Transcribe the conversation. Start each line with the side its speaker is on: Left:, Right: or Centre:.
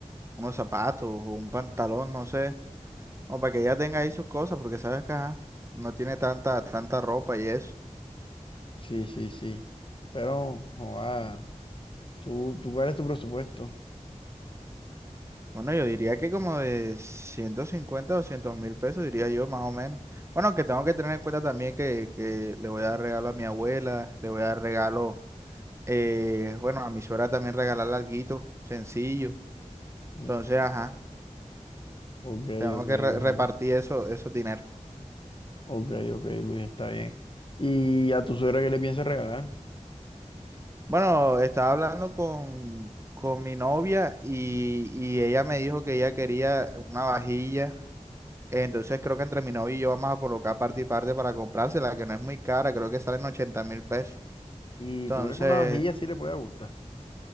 Right: unos zapatos o un pantalón, no sé, o para que ella tenga ahí sus cosas, porque sabes que ajá, no tiene tanta, tanta ropa y eso.
Left: Sí, sí, sí. Pero, joa, ¿tú, tú cuál es tu presupuesto?
Right: Bueno, yo diría que como de ciento cincuenta o doscientos mil pesos, diría yo, más o menos. Bueno, que tengo que tener en cuenta también que, que le voy a dar regalo a mi abuela, le voy a dar regalo, eh, bueno, a mi suegra también regalarle alguito, sencillo.
Left: Mm,
Right: Entonces, ajá,
Left: Ok,
Right: tengo
Left: ok,
Right: que re-
Left: ok.
Right: repartir eso, esos dineros.
Left: Ok, ok, Luis, está bien. ¿Y a tu suegra qué le piensas regalar?
Right: Bueno, estaba hablando con, con mi novia y, y ella me dijo que ella quería una vajilla. Entonces creo que entre mi novia y yo vamos a colocar parte y parte para comprársela, que no es muy cara, creo que salen ochenta mil pesos.
Left: ¿Y
Right: Entonces
Left: tú crees que una vajilla sí le puede gustar?